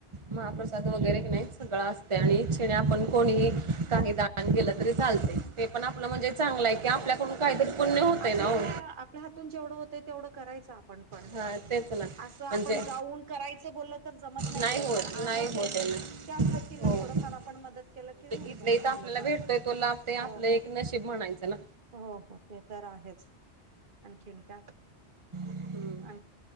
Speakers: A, on the right (about 30°); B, on the right (about 50°).
A: महाप्रसाद वगैरे की नाही सगळं असतंय आणि आपण कोणीही काही दान केलं तरी चालतंय. ते पण आपलं म्हणजे चांगल आहे. की आपल्याकडून काहीतरी पुण्य होतंय
B: आपल्यांना
A: ना हो
B: आपल्या हातून जेवढं होतं तेवढं करायचं आपण पण.
A: हा तेच ना
B: असं आपण
A: म्हणजे
B: जाऊन करायच बोललं तर जमत नाहीये.
A: नाही होत
B: पण आहे
A: नाही
B: ते
A: होत आहे ना
B: त्याच व्यक्तींना
A: हो
B: थोडंफार आपण मदत केलं
A: म्हणजे
B: की होऊन
A: इथल्या
B: जात
A: इथं
B: आपलं
A: आपल्याला
B: पण
A: भेटतोय तो लाभ ते
B: हो.
A: आपलं एक नशीब म्हणायचं ना?
B: हो हो ते तर आहेच. आणखीन काय?
A: हम्म.
B: आण